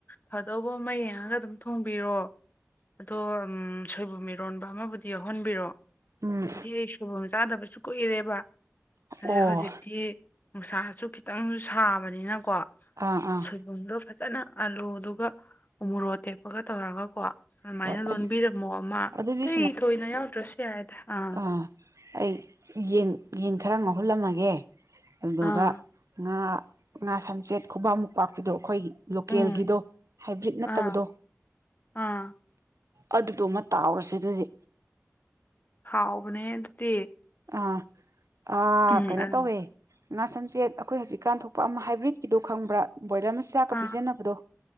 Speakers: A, on the left; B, on the right.
A: ꯐꯗꯧꯕ ꯃꯩ ꯌꯦꯡꯉꯒ ꯑꯗꯨꯝ ꯊꯣꯡꯕꯤꯔꯣ ꯑꯗꯣ ꯁꯣꯏꯕꯨꯝ ꯃꯤꯔꯣꯟꯕ ꯑꯃꯕꯨꯗꯤ ꯌꯥꯎꯍꯟꯕꯤꯔꯣꯑꯣ
B: ꯎꯝ
A: ꯍꯥꯏꯗꯤ ꯑꯩ ꯁꯨꯕ ꯆꯥꯗꯕꯁꯨ ꯀꯨꯏꯔꯦꯕ
B: ꯑꯣ
A: ꯍꯧꯖꯤꯛ ꯅꯨꯡꯁꯥꯁꯨ ꯈꯤꯇꯪꯁꯨ ꯁꯥꯕꯅꯤꯅꯀꯣ
B: ꯑꯥ ꯑꯥ
A: ꯁꯣꯏꯕꯨꯝꯗꯣ ꯐꯖꯅ ꯑꯂꯨꯗꯨꯒ ꯃꯣꯔꯣ ꯇꯦꯛꯄꯒ ꯇꯧꯔꯒꯀꯣ ꯑꯗꯨꯃꯥꯏꯅ
B: ꯍꯣꯏ
A: ꯂꯣꯟꯕꯤꯔꯝꯃꯣ ꯑꯃ
B: ꯑꯗꯨꯗꯤ
A: ꯑꯇꯩ ꯊꯣꯏꯅ ꯌꯥꯎꯗ꯭ꯔꯁꯨ ꯌꯥꯏꯗ ꯑꯥ
B: ꯑ ꯑꯩ ꯌꯦꯟ ꯌꯦꯟ ꯈꯔ ꯉꯧꯍꯜꯂꯝꯃꯒꯦ ꯑꯗꯨꯗꯨꯒ
A: ꯑꯥ
B: ꯉꯥ ꯉꯥ ꯁꯝꯆꯦꯠ ꯈꯨꯕꯃꯨꯛ ꯄꯥꯛꯄꯤꯗꯣ ꯑꯩꯈꯣꯏꯒꯤ ꯂꯣꯀꯦꯜꯒꯤꯗꯣ
A: ꯎꯝ
B: ꯍꯥꯏꯕ꯭ꯔꯤꯠ ꯅꯠꯇꯕꯗꯣ
A: ꯑꯥ ꯑꯥ
B: ꯑꯗꯨꯗꯣꯃ ꯇꯥꯎꯔꯁꯦ ꯑꯗꯨꯗꯤ
A: ꯍꯥꯎꯕꯅꯦ ꯑꯗꯨꯗꯤ
B: ꯑꯥ ꯑ
A: ꯎꯝ
B: ꯀꯩꯅꯣ
A: ꯑꯗꯨ
B: ꯇꯧꯋꯦ ꯉꯥ ꯁꯝꯆꯦꯠ ꯑꯩꯈꯣꯏ ꯍꯧꯖꯤꯛꯀꯥꯟ ꯊꯣꯛꯄ ꯑꯃ ꯍꯥꯏꯕ꯭ꯔꯤꯠꯀꯤꯗꯣ ꯈꯪꯕ꯭ꯔꯥ ꯕꯣꯏꯂꯔ ꯑꯃ ꯆꯥꯛꯀ
A: ꯑꯥ
B: ꯄꯤꯖꯟꯅꯅꯕꯗꯣ